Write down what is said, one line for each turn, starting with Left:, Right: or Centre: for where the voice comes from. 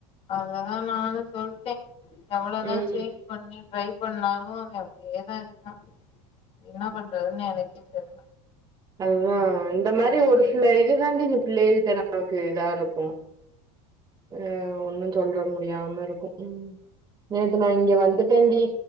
Left: அததா நானும் சொல்ட்டேன் எவ்ளவதா
Right: ம்
Left: செ பண்ணி ட்ரை பண்ணாலு அவ அப்டியே தா இருக்கா என்ன பண்றதுன்னு எனக்கே தெர்
Right: அதா இந்த மாரி ஒரு சில இது தாண்டி இந்த பிள்ளைகள்டா நமக்கு இதாருக்கு. அ ஒன்னு சொல்றது முடியாம இருக்கு ம். நேத்து நா இங்க வந்துட்டன்டி.